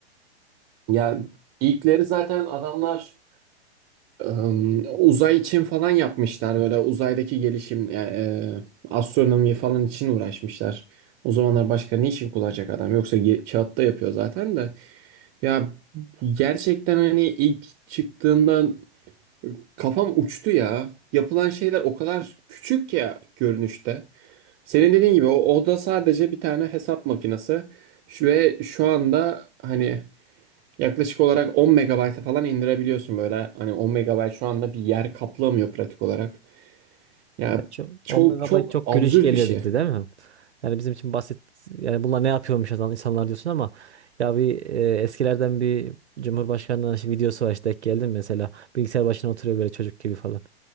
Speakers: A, on the right (about 25°); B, on the right (about 85°).
A: Ya ilkleri zaten adamlar Em, uzay için falan yapmışlar böyle uzaydaki gelişim yani, e, astronomi falan için uğraşmışlar. O zamanlar başka ne için kullanacak adam? Yoksa ge- kağıtta yapıyor zaten de. Ya gerçekten hani ilk çıktığında kafam uçtu ya. Yapılan şeyler o kadar küçük ya görünüşte. Senin dediğin gibi o, o da sadece bir tane hesap makinesi. Şu, ve şu anda hani Yaklaşık olarak 10 megabayta falan indirebiliyorsun böyle. Hani 10 megabayt şu anda bir yer kaplamıyor pratik olarak. Ya
B: Çok,
A: çok
B: 10 megabayt
A: çok
B: çok
A: absürt
B: gülüş geliyor
A: bir şey.
B: bize değil mi? Yani bizim için basit yani bunlar ne yapıyormuş adam insanlar diyorsun ama ya bir e, eskilerden bir Cumhurbaşkanı'nın işte videosu var işte denk geldim mesela bilgisayar başına oturuyor böyle çocuk gibi falan.